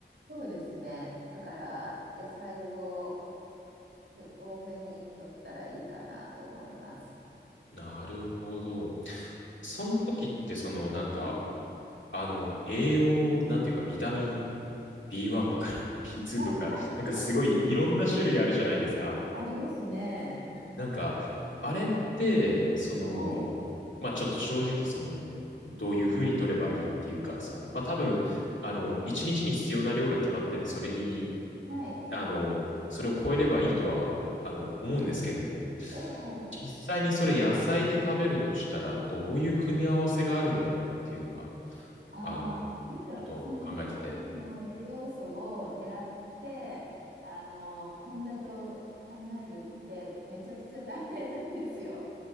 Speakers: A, on the right (about 80°); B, on the left (about 85°).
A: そうですね。だから、野菜を結構多めに取ったらいいかなと思います。
B: なるほど。その時って、その、なんか、
A: はい、
B: あの、栄養、なんていうか、ビタミン B1 とか <laughs> B2
A: はい、
B: とか、
A: はい、
B: なんかすごいいろんな種類あるじゃないですか。
A: はい。ありますね。
B: なんか、あれって、その、
A: はい、
B: まあちょっと正直、その、どういうふうに取ればいいっていうか、その、まあ多分、あの、一日に必要な量が決まってて、それに、
A: はい。
B: あの、それを超えればいいとは、あの、思うんですけれども、
A: ええ
B: 実際にそれ野菜で食べるとしたら、どういう組み合わせがあるんだろうっていうのが、
A: ああ、
B: あの、ち
A: なんかその何かの栄養素を狙って、
B: ょっと考えてて、
A: あの、献立を考えるってめちゃくちゃ大変なんですよ。